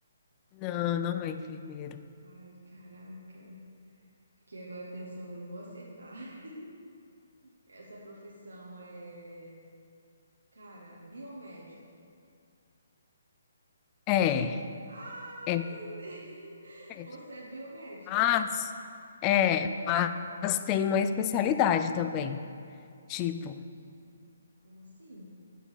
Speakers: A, on the left (about 25°); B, on the right (about 85°).
A: não, não é enfermeiro.
B: Ai, caraca. Fiquei agora pensando, eu vou acertar. <laughs> Essa profissão é, cara, biomédico.
A: É,
B: Ah,
A: é,
B: Você tem- <laughs>
A: é.
B: você é biomédica.
A: mas é, mas tem uma especialidade também. Tipo,
B: Ixi, como assim?